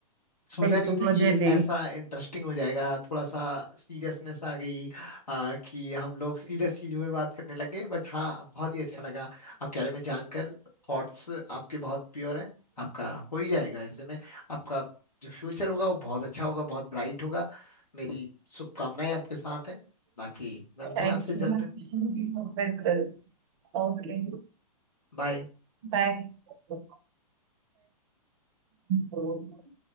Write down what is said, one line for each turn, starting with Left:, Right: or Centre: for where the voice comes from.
Left: सोचा
Right: बिल्कुल
Left: नहीं था
Right: मुझे
Left: कि
Right: भी
Left: ऐसा इंटरेस्टिंग हो जाएगा थोड़ा सा सीरियसनेस आ गई आ, कि हम लोग सीरियस चीजों पे बात करने लग गए बट हाँ बहुत ही अच्छा लगा आपके बारे में जानकर थॉट्स आपके बहुत प्योर हैं आपका हो ही जाएगा ऐसे में आपका जो फ्यूचर होगा वो बहुत अच्छा होगा बहुत ब्राइट होगा मेरी शुभकामनाएं आपके साथ हैं बाकी मिलते
Right: Thank
Left: हैं आपसे जल्द
Right: you बिल्कुल ओके
Left: बाय
Right: झाल झाल झाल